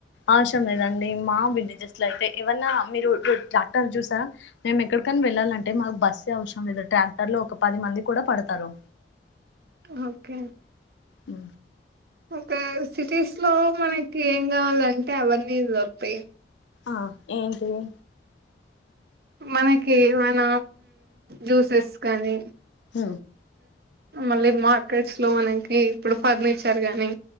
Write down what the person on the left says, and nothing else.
ఆశం లేదాం మా విలేజెస్ లో అయితే ఏవన్నా మీరు ట్రాక్టర్ చూసా మేము ఎక్కడికనా వెళ్ళాలింటే మాకు బస్ అవసరం లేదుా ట్రాక్టర్ లో ఒక పది మంది కూడా పడతారు
ఉ
ఆ ఏంటిది
హ